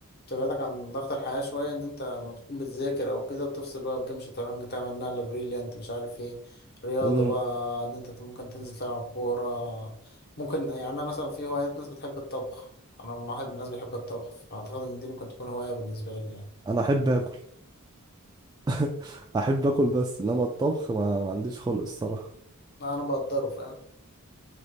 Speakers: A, on the left (about 45°); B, on the right (about 15°).
A: بتبعدك عن ضغط الحياة شوية إن أنت لما بتكون بتذاكر أو كده بتفصل بقى بجيم شطرنج تعمل نقلة بريليانت مش عارف إيه رياضة
B: امم
A: بقى إن أنت ممكن تنزل تلعب كورة ممكن يعني أنا مثلا في هوايات ناس بتحب الطبخ أنا واحد من الناس بيحب الطبخ فأعتقد إن دي ممكن تكون هواية بالنسبة لي يعني
B: انا احب اكل <laughs> احب اكل بس انما الطبخ ما, ما عنديش خلق الصراحه
A: لا أنا بقدره فاهم